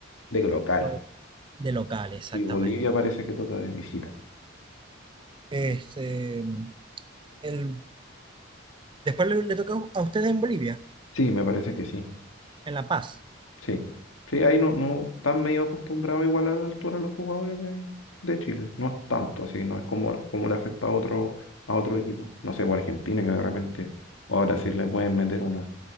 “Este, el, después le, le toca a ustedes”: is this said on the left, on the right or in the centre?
Right